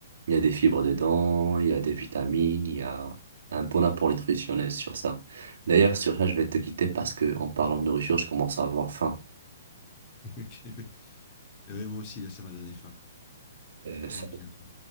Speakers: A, on the right (about 70°); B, on the left (about 30°).
A: Il y a des fibres dedans, il y a des vitamines, il y a un bon apport nutritionnel sur ça. D'ailleurs, sur ça, je vais te quitter parce que en parlant de nourriture, je commence à avoir faim.
B: <laughs> Ok, oui. Euh, moi aussi, là, ça m'a donné faim.
A: Euh,
B: Mais
A: ça
B: à bientôt.